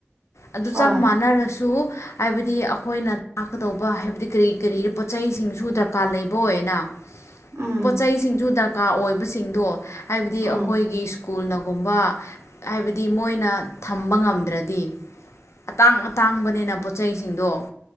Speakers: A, on the left; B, on the right.
A: ꯑꯗꯨ
B: ꯍꯣꯏ
A: ꯆꯞ ꯃꯥꯟꯅꯔꯁꯨ ꯍꯥꯏꯕꯗꯤ ꯑꯩꯈꯣꯏꯅ ꯇꯥꯛꯀꯗꯧꯕ ꯍꯥꯏꯕꯗꯤ ꯀꯔꯤ ꯀꯔꯤ ꯄꯣꯠ ꯆꯩꯁꯤꯡꯁꯨ ꯗꯔꯀꯥꯔ ꯂꯩꯕꯅ
B: ꯎꯝ
A: ꯄꯣꯠ ꯆꯩꯁꯤꯡꯁꯨ ꯗꯔꯀꯥꯔ ꯑꯣꯏꯕꯁꯤꯡꯗꯣ ꯍꯥꯏꯕꯗꯤ
B: ꯎꯝ
A: ꯑꯩꯈꯣꯏꯒꯤ ꯁ꯭ꯀꯨꯜꯅꯒꯨꯝꯕ ꯍꯥꯏꯕꯗꯤ ꯃꯣꯏꯅ ꯊꯝꯕ ꯉꯝꯗ꯭ꯔꯗꯤ ꯑꯇꯥꯡ ꯑꯇꯥꯡꯕꯅꯤꯅ ꯄꯣꯠꯁꯤꯡꯗꯣ